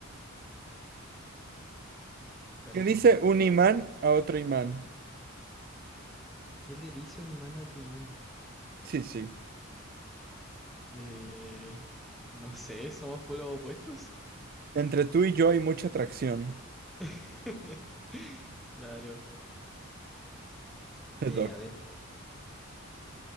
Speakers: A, in the centre; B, on the right.
A: Dale
B: ¿Qué dice
A: tú uno.
B: un imán a otro imán?
A: ¿Qué le dice un imán a otro imán?
B: Sí, sí.
A: Eh, no sé, somos polos opuestos.
B: Entre tú y yo hay mucha atracción.
A: <laughs> Claro.
B: <laughs> Te
A: Eh,
B: toca.
A: a ver,